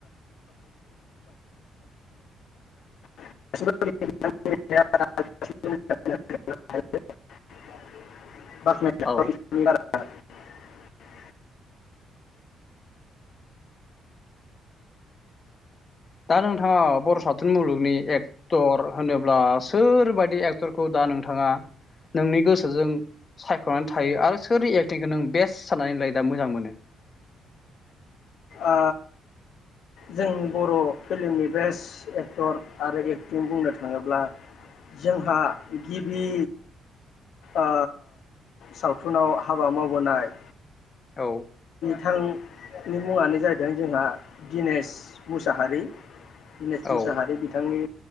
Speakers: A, on the left; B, on the left.
A: <unintelligible> ब <inaudible>
B: औ दा नोंथाङा बर सावथुन मुलुगनि एक्टर होनोब्ला सोरबादि एक्टरखौ दा नोंथाङा नोंनि गोसोजों सायखनानै थायो आरो सोरनि एक्टिंखौ नों बेस्ट साननानै लायो दा मोजां मोनो?
A: ओ जोंनि बर' फिल्मनि बेस्ट एक्टर आरो एक्टिं बुंनो थाङोब्ला जोंहा गिबि ओ सावथुनाव हाबा मावबोनाय
B: औ
A: थांनि मुङानो जाहैदों जोंहा दिनेश मुसाहारि। दिनेश मुसाहारि
B: औ
A: बिथांनि